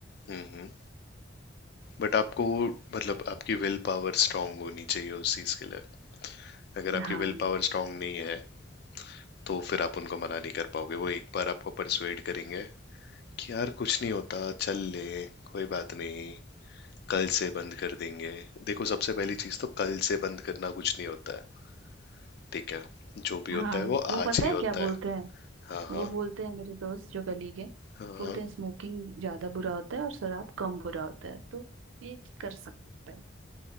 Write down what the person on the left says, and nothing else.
हम्म हम्म। बट आपको मतलब आपकी विल पावर स्ट्रांग होनी चाहिए उस चीज के लिए अगर आपकी
विल पावर स्ट्रांग नहीं है तो फिर आप उनको मना नहीं कर पाओगे वो एक बार आपको परसुएड करेंगे कि यार कुछ नहीं होता चल ले कोई बात नहीं कल से बंद कर देंगे देखो सबसे पहली चीज तो कल से बंद करना कुछ नहीं होता है ठीक है जो भी होता
है वो
आज
ही
होता
है
हाँ हाँ
हाँ
हाँ